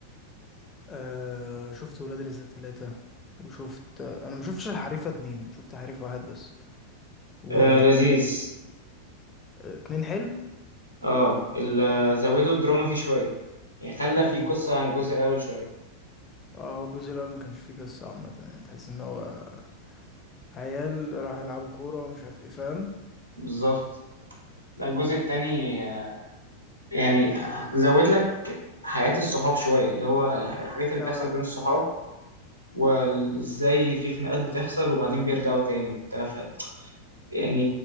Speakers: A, on the left; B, on the right.
A: آه شفت ولاد رزق تلاتة وشفت انا ما شفتش الحريفة اتنين شفت حريف واحد بس و
B: آه لذيذ
A: اتنين حلو
B: اه ال- زودوا الدراما فيه شوية يعني خلى
A: امم
B: فيه قصة عن الجزء الأول شوية
A: اه الجزء الاول ما كانش فيه قصة عامة يعني تحس ان هو عيال راحوا يلعبوا كورة ومش عارف ايه فاهم
B: بالظبط لا الجزء التاني آه، يعني زود لك حياة الصحاب شوية اللي هو الح- الحاجات اللي بتحصل
A: اه
B: بين الصحاب وازاي في خناقات بتحصل وبعدين بيرجعوا تاني وبتاع ف يعني